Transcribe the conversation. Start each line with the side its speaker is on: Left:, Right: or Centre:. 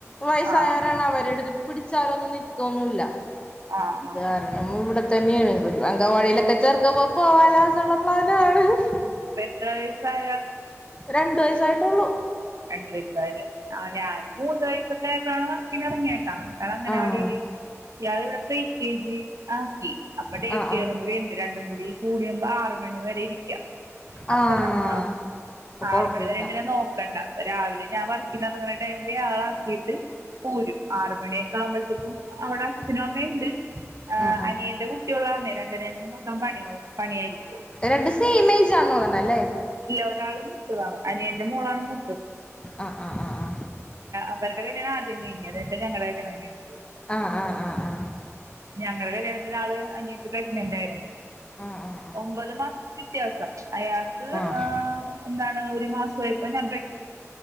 Left: വയസ്സായാരാണ്
Right: ആ ആ
Left: അവര്ട്ത്പ്പ പി ചാലൊന്നും നിക് തോന്നുല്ല.
Right: ആ ആ
Left: അതാരടമ്മുവിടെ <unintelligible> അങ്കവാടിയിലൊക്കെ ചേർക്കമ്പം പോവാലോ <unintelligible>
Right: ഇപ്പൊ എത്ര വയസ്സായ
Left: രണ്ട് വയസ് സായിട്ടുള്ളു
Right: രണ്ടു വയസ്സായല്ലേ ആ ഞാൻ മൂന്ന് വയസ് ക്കയപ്പഴാ വർക്കിന് ഇറങ്ങിയേ ആ ഇയാൾ അങ്ങനെ
Left: ആഹ്
Right: അവിടല് ഇയാൾ ഇവിടെ കെ ജി ആക്കി അപ്പഴേ
Left: ആഹ്
Right: കെറും
Left: ആഹ്
Right: കൂടി ഉണ്ട് രണ്ടും മുടി കൂടിയ ആറ് മണി വരെ ഇരിക്കാം അപ്പൊ
Left: ആഹ്
Right: നമ്മ
Left: അപ്പൊ കൊഴപ്പല്ല
Right: ആറ് മണി വരെ നോക്കണ്ട രാവിലെ ഞാൻ വർക്കിനിറങ്ങുന്ന ടൈമില് ആള ആക്കിയിട്ട് പോരും ആറുമണിയൊക്കെ ആവുമ്പോഴത്തപ്പും അവിടെ അച്ഛനും അമ്മയുണ്ട്
Left: ആഹ് ആഹ്
Right: അനിയ എന്റെ കുട്ടിയുള്ള കാരണമേ രണ്ടിനേംകൂടി നോക്കാൻ പണിയ പണിയായിരിക്കുവൂ
Left: രണ്ട് സെയിം ഏജ് ആണെന്ന് തോന്നണല്ലേ
Right: ഇല്ല ഒരാള് ഇതാണ് അനിയന്റെ മോളാണ് മു
Left: ആ ആ ആ ആ
Right: അവര്ടെ കല്യാണമാ ആദ്യം കഴിഞ്ഞത് എന്നിട്ടാ ഞങ്ങടെ കല്യാണം കഴിഞ്ഞത്
Left: ആ ആ ആ ആ
Right: ഞങ്ങളുടെ കല്യാണത്തിന് ആള് അനിയത്തി പ്രഗ്ന്നൻ്റായിരുന്നു
Left: ആഹ്
Right: ഒമ്പത് മാസത്തെ വ്യത്യാസം അയാ അ
Left: ആഹ് ആഹ് ആഹ്
Right: ആ എന്താണ് ഒരു മാസമായപ്പ ഞാൻ